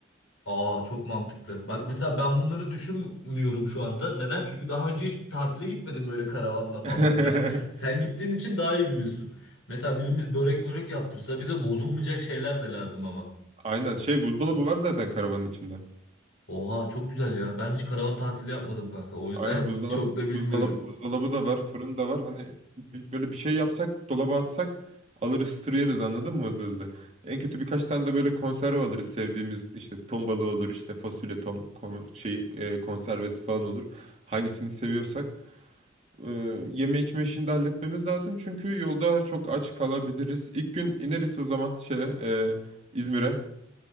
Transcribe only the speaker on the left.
Aa çok mantıklı. Bak mesela ben bunları düşünmüyorum şu anda. Neden? Çünkü daha önce hiç tatile gitmedim böyle karavanla falan
filan. Sen gittiğin için daha iyi biliyorsun. Mesela birimiz börek mörek yaptırsa bize bozulmayacak şeyler de lazım ama.
Oha çok güzel ya. Ben hiç karavan tatili yapmadım kanka. O yüzden
<laughs> çok da
bilmiyorum.